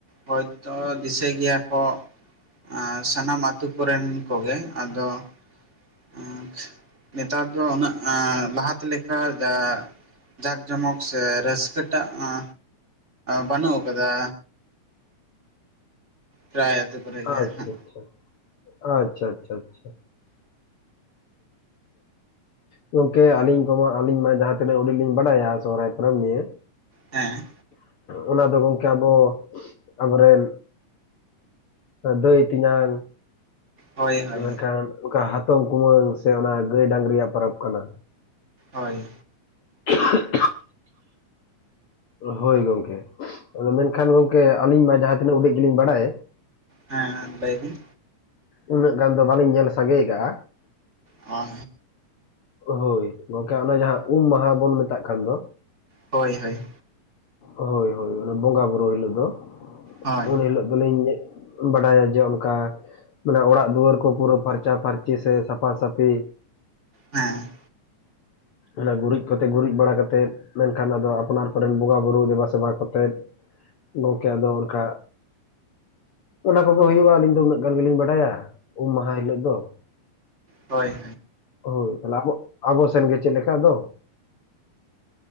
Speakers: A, on the right; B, on the left.
A: ᱦᱚᱭᱛᱚ ᱫᱤᱥᱟᱹᱭ ᱜᱮᱭᱟ ᱠᱚ, ᱟᱸ ᱥᱟᱱᱟᱢ ᱟᱛᱩ ᱠᱚᱨᱮᱱ ᱠᱚᱜᱮ ᱟᱫᱚ <unintelligible> ᱱᱮᱛᱟᱨ ᱫᱚ ᱩᱱᱟᱹᱜ ᱞᱟᱦᱟᱛᱮ ᱞᱮᱠᱟ ᱡᱟ ᱡᱟᱠ ᱡᱚᱢᱚᱠ ᱥᱮ ᱨᱟᱹᱥᱠᱟᱹᱴᱟᱜ ᱟ ᱵᱟᱹᱱᱩᱜ ᱟᱠᱟᱫᱟ ᱯᱨᱟᱭ ᱟᱛᱳ ᱠᱚᱨᱮ ᱜᱮ
B: ᱟᱪᱪᱷᱟ
A: ᱦᱟᱸᱜ᱾
B: ᱟᱪᱪᱷᱟ ᱟᱪᱪᱷᱟ ᱟᱪᱪᱷᱟ ᱟᱪᱪᱷᱟ᱾ ᱦᱮᱸ ᱜᱚᱢᱠᱮ ᱟᱹᱞᱤᱧ ᱠᱚᱢᱟ ᱟᱹᱞᱤᱧ ᱢᱟ ᱡᱟᱦᱟᱸ ᱛᱤᱱᱟᱹᱜ ᱩᱰᱤᱜ ᱞᱤᱧ ᱵᱟᱰᱟᱭᱟ ᱥᱚᱦᱨᱟᱭ ᱯᱚᱨᱚᱵᱽ ᱱᱤᱭᱮ
A: ᱦᱮᱸ᱾
B: ᱚᱱᱟ ᱫᱚ ᱜᱚᱢᱠᱮ ᱟᱵᱚ ᱟᱵᱚᱨᱮᱱ ᱫᱟᱹᱭ-ᱛᱮᱧᱟᱝ
A: ᱦᱳᱭ ᱦᱳᱭ
B: ᱢᱮᱱᱠᱷᱟᱱ ᱚᱱᱠᱟ ᱦᱟᱛᱚᱢ-ᱠᱩᱢᱟᱹᱝ ᱥᱮ ᱚᱱᱟ ᱜᱟᱹᱭ ᱰᱟᱝᱨᱤᱭᱟᱜ ᱯᱚᱨᱚᱵᱽ ᱠᱟᱱᱟ᱾
A: ᱦᱳᱭ᱾
B: <inaudible> ᱦᱳᱭ ᱜᱚᱢᱠᱮ ᱟᱫᱚ ᱢᱮᱱᱠᱷᱟᱱ ᱜᱚᱢᱠᱮ ᱟᱹᱞᱤᱧ ᱢᱟ ᱡᱟᱦᱟᱸ ᱛᱤᱱᱟᱹᱜ ᱩᱰᱤᱡ ᱜᱮᱞᱤᱧ ᱵᱟᱰᱟᱭ
A: ᱦᱮᱸ ᱞᱟᱹᱭᱵᱤᱱ᱾
B: ᱩᱱᱟᱹᱜ ᱜᱟᱱ ᱫᱚ ᱵᱟᱹᱞᱤᱧ ᱧᱮᱞ ᱥᱟᱸᱜᱮ ᱠᱟᱜᱼᱟ,
A: ᱚ᱾
B: ᱦᱳᱭ ᱜᱚᱝᱠᱮ ᱚᱱᱟ ᱡᱟᱦᱟᱸ ᱩᱢ ᱢᱟᱦᱟ ᱵᱚᱱ ᱢᱮᱛᱟᱜ ᱠᱟᱱ ᱫᱚ,
A: ᱦᱳᱭ ᱦᱳᱭ᱾
B: ᱦᱳᱭ ᱦᱳᱭ ᱚᱱᱟ ᱵᱚᱸᱜᱟᱼᱵᱩᱨᱩ ᱦᱤᱞᱳᱜ ᱫᱚ
A: ᱦᱳᱭ
B: ᱩᱱ ᱦᱤᱞᱳᱜ ᱫᱚᱞᱤᱧ ᱵᱟᱰᱟᱭᱟ ᱡᱮ ᱚᱱᱠᱟ ᱢᱟᱱᱮ ᱚᱲᱟᱜ ᱫᱩᱣᱟᱹᱨ ᱠᱚ ᱯᱩᱨᱟᱹ ᱯᱷᱟᱨᱪᱟ ᱯᱷᱟᱹᱨᱪᱤ ᱥᱮ ᱥᱟᱯᱷᱟ ᱥᱟᱹᱯᱷᱤ
A: ᱦᱮᱸ ᱾
B: ᱚᱱᱟ ᱜᱩᱨᱤᱡᱽ ᱠᱚᱛᱮ ᱜᱩᱨᱤᱡᱽ ᱵᱟᱲᱟ ᱠᱟᱛᱮᱫ ᱢᱮᱱᱠᱷᱟᱱ ᱟᱫᱚ ᱟᱯᱱᱟᱨ ᱠᱚᱨᱮᱱ ᱵᱚᱸᱜᱟ ᱵᱩᱨᱩ ᱫᱮᱵᱟᱼᱥᱮᱵᱟ ᱠᱟᱛᱮᱫ ᱜᱚᱢᱠᱮ ᱟᱫᱚ ᱚᱱᱠᱟ ᱚᱱᱟ ᱠᱚᱜᱮ ᱦᱩᱭᱩᱜᱼᱟ, ᱟᱹᱞᱤᱧ ᱫᱚ ᱩᱱᱟᱹᱜ ᱜᱟᱱ ᱜᱮᱞᱤᱧ ᱵᱟᱲᱟᱭᱟ ᱩᱢ ᱢᱟᱦᱟ ᱦᱤᱞᱚᱜ ᱫᱚ᱾ <inaudible>
A: ᱦᱳᱭ, ᱦᱳᱭ᱾
B: ᱦᱳᱭ ᱛᱟᱦᱚᱞᱮ ᱟᱵᱚ ᱟᱵᱚ ᱥᱮᱱᱜᱮ ᱪᱮᱫ ᱞᱮᱠᱟ ᱫᱚ?